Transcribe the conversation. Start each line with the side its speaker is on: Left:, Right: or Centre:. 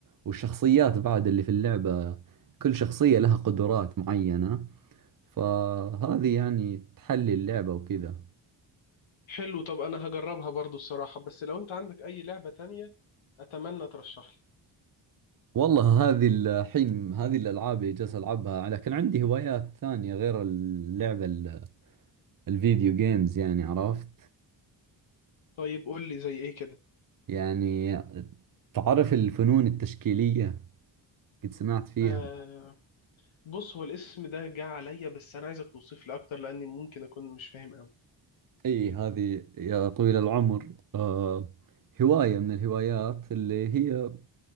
Right: والشخصيات بعد اللي في اللعبة كل شخصية لها قدرات معينة فهذه يعني تحلي اللعبة وكذا
Left: حلو طب انا هجربها برضو الصراحة بس لو انت عندك اي لعبة تانية اتمنى ترشح لي
Right: والله هذه الحين هذه الألعاب اللي جالس ألعبها لكن عندي هوايات ثانية غير اللعبة ال- الفيديو جيمز يعني عرفت
Left: طيب قول لي زي ايه كده
Right: يعني تعرف الفنون التشكيلية قد سمعت فيها
Left: آه بص هو الاسم ده جه عليا بس انا عايزك توصف لي اكتر لاني ممكن اكون مش فاهم قوي
Right: أي هذه يا طويل العمر آه هواية من الهوايات اللي هي